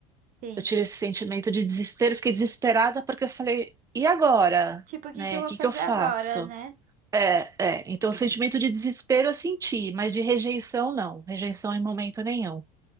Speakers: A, on the right; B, on the right.
A: Sim.
B: Eu tive esse sentimento de desespero, fiquei desesperada porque eu falei, e agora?
A: Tipo, o que
B: Né?
A: que eu vou
B: O que
A: fazer
B: que eu faço?
A: agora, né?
B: É, é. Então, o sentimento de desespero eu senti, mas de rejeição não, rejeição em momento nenhum.